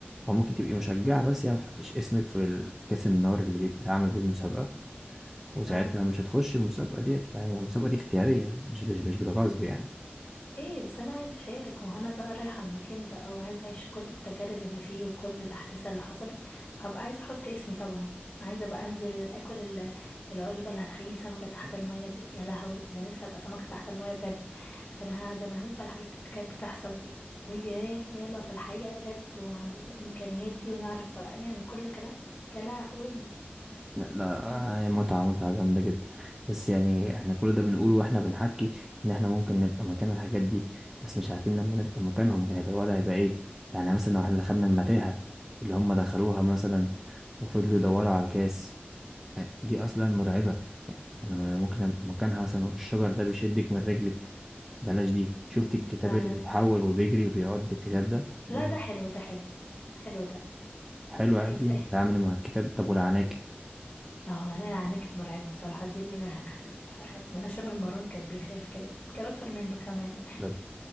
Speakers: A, in the centre; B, on the left (about 50°).
A: او ممكن تبقي مشجعه بس يعني ما تحطيش اسمك في ال- كاس النار اللي بيبقى اتعمل بيه المسابقه وساعتها
B: اه
A: مش هتخشي المسابقه ديت فيعني المسابقه دي اختياريه مش مش مش بالغصب يعني
B: ايه بس انا عايزه اشارك وهنا بقى رايحه المكان بقى وعايزه اعيش كل التجارب اللي فيه وكل الاحداث اللي حصلت فهبقى عايزه احط اسمي طبعا عايزه بقى انزل اكل ال- العشبه اللي هتخليني سمكه تحت الميه دي يا لهوي ده انا نفسي ابقى سمكه تحت الميه بجد ده انا ه- ده انا هموت على الحاجات اللي كانت بتحصل دي بقول ياه يا لو في الحقيقه بجد وعندنا الامكانيات دي ونعرف بقى نعمل كل الكلام ده يا لهوي
A: لا لا،
B: والله
A: متعة متعة جامدة جدا بس يعني احنا كل ده بنقوله واحنا بنحكي ان احنا ممكن نبقى مكان الحاجات دي بس مش عارفين لما نبقى مكانهم هيبقى الوضع هيبقى ايه يعني مثلا لو احنا دخلنا المتاهة اللي هم دخلوها مثلا وفضلوا يدوروا على الكاس يعني دي اصلا مرعبة يعني انا ممكن ابقى مكانها مثلا والشجر ده بيشدك من رجلك بلاش دي شفت
B: مم.
A: الكتاب
B: فانا
A: اللي بيتحول وبيجري وبيعض الكتاب ده
B: لا
A: لما
B: ده حلو ده حلو حلو ده
A: حلو عادي
B: عايزاه
A: تتعامل مع الكتاب طب والعناكب
B: اه ليلى عنها كانت مرعبة بصراحة دي اللي <laughs> بصراحة أخاف منها شبه مارون كان بيخاف كده كان أكتر منه كمان
A: طب